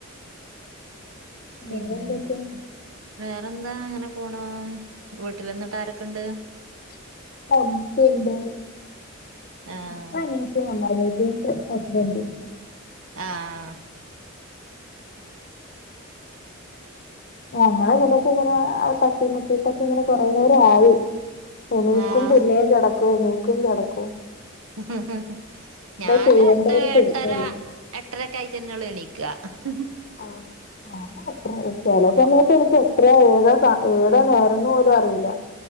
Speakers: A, on the right; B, on the left.
A: പിന്നെന്തക്കെ
B: വേറെ എന്തൊക്കെയാ
A: വേറെന്താ അങ്ങനെ പോണൂ വീട്ട്ല്ന്ന്ട്ടാരൊക്കണ്ട്?
B: <inaudible>
A: ആഹ്
B: പ്പണിറ്റ് വന്ന <unintelligible> ഹസ്ബൻ്റും
A: ആഹ്
B: ഞങ്ങൾ <unintelligible> ട്ടിമുട്ടിട്ടൊക്കെ ങ്ങനെ കൊറേ നേരായി എണീക്കും
A: ആഹ്
B: പിന്നെം കെടക്കും ണി ക്കും കെടക്കു
A: !!!!! ഞാനു
B: ചെയ്യേണ്ടേ
A: എട്ട്
B: ഒരു പിടുത്തമില്ല
A: എട്ടര എട്ടരക്കായ്റ്റെന്നൊള്ളു എണീക്ക! !!!!
B: അ ആഹ് <unintelligible> ചെല സമയത്തെനിക്കെത്രയാ ഏതാ സ-ഏതാ നേരന്നു പോലു അറിയില്ല